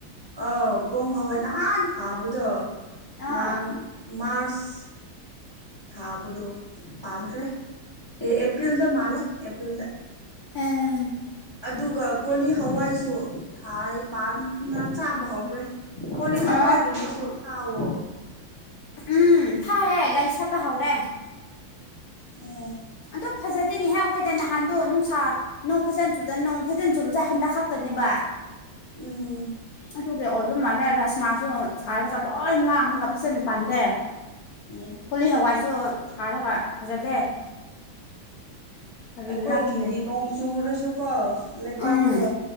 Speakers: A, on the left; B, on the left.
A: ꯑꯥꯎꯎ ꯄꯣꯡ ꯍꯋꯥꯏ ꯅꯍꯥꯟ ꯊꯥꯕꯗꯣ
B: ꯑꯥ
A: ꯅꯍꯥꯟꯅ ꯃꯥꯔꯁ ꯊꯥꯕꯗꯣ ꯄꯥꯟꯈ꯭ꯔꯦ ꯑꯦꯄꯔꯤꯟ ꯑꯦꯄ꯭ꯔꯤꯜꯗ ꯃꯥꯂ ꯑꯦꯄ꯭ꯔꯤꯜꯗ
B: ꯑꯝ
A: ꯑꯗꯨꯒꯥ ꯀꯣꯂꯤ ꯍꯋꯥꯏꯗꯨ ꯊꯥꯏ ꯄꯥꯟꯗꯅ ꯆꯥꯕ ꯍꯧꯈ꯭ꯔꯦ ꯀꯣꯂꯤ ꯍꯋꯥꯏꯒꯨꯝꯕꯁꯨ
B: ꯑ
A: ꯊꯥꯎꯑꫭ
B: ꯎꯝ ꯊꯥꯏꯍ° ꯂꯩ ꯁꯥꯠꯄ ꯍꯧꯔꯦ
A: ꯑꯣ <inaudible>
B: ꯑꯗꯣ ꯐꯖꯗꯦꯅꯦꯍꯦ ꯑꯩꯈꯣꯏꯗꯥ ꯅꯍꯥꯟꯗꯣ ꯅꯨꯡꯁꯥ꯫ ꯅꯣꯡ ꯐꯖꯅ ꯆꯨꯇꯅ ꯅꯣꯡ ꯐꯖꯅ ꯆꯨꯨꯞꯕꯁꯦ ꯍꯟꯗꯛ ꯈꯛꯇꯅꯦꯕꯥ꯫
A: ꯎꯝ
B: ꯑꯗꯨꯒꯤ ꯑꯣꯏꯕ ꯃꯥꯜꯂꯦ ꯔꯥꯁꯃꯥꯁꯨ ꯁꯥꯔꯒꯥ ꯂꯣꯏꯅ ꯉꯥꯡꯉꯒ ꯐꯖꯅ ꯄꯥꯟꯗꯦ꯫
A: ꯎꯝꯝ
B: ꯀꯣꯂꯤ ꯍꯋꯥꯏꯁꯨ ꯊꯥꯔꯒ ꯐꯖꯗꯦ ꯀꯔꯤꯒꯤꯔꯥ
A: ꯑꯩꯈꯣꯏꯒꯤꯗꯤ
B: ꯈꯪꯗꯦ
A: ꯅꯣꯡ ꯆꯨꯔꯁꯨ ꯀꯣ ꯂꯩꯕꯥꯛꯇꯣ
B: ꯎꯝ